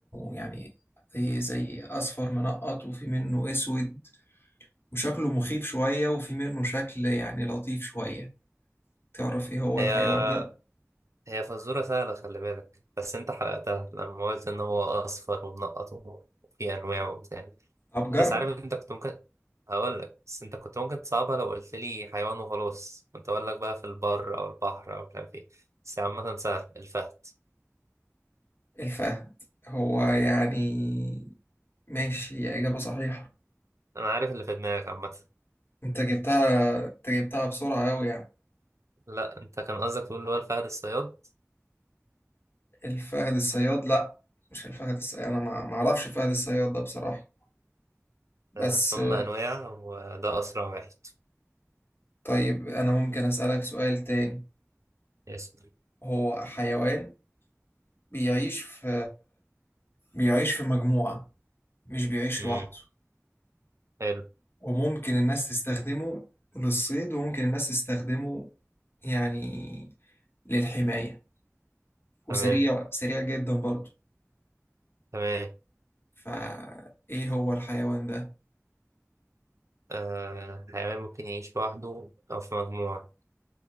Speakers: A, on the left; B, on the right.
A: يعني زي زي اصفر منقط وفي منه اسود وشكله مخيف شوية وفي منه شكل يعني لطيف شوية تعرف ايه هو
B: هي
A: الحيوان ده
B: هي فزوره سهله خلي بالك بس انت حرقتها لما قلت ان هو اصفر ومنقط وفي انواع وبتاع
A: ابجر
B: بس عارف انت كنت ممكن هقول لك بس انت كنت ممكن تصعبها لو قلت لي حيوان وخلاص كنت اقول لك بقى في البر او البحر او مش عارف ايه بس عامه سهل الفهد
A: الفهد هو يعني ماشي إجابة صحيحة
B: انا عارف اللي في دماغك عامه
A: انت جبتها انت جبتها بسرعة أوي يعني
B: لا انت كان قصدك تقول اللي هو الفهد الصياد
A: الفهد الصياد لا مش الفهد الصياد انا ما ما اعرفش الفهد الصياد ده بصراحة بس
B: آه، ثم
A: آه،
B: انواع وده اسرع واحد
A: طيب انا ممكن أسألك سؤال تاني
B: يس
A: هو حيوان بيعيش في بيعيش في مجموعة مش بيعيش
B: امم
A: لوحده
B: حلو
A: وممكن الناس تستخدمه للصيد وممكن الناس تستخدمه يعني للحماية وسريع
B: تمام
A: سريع جدا برضه
B: تمام
A: فايه هو الحيوان ده
B: آه حيوان ممكن يعيش لوحده أو في مجموعة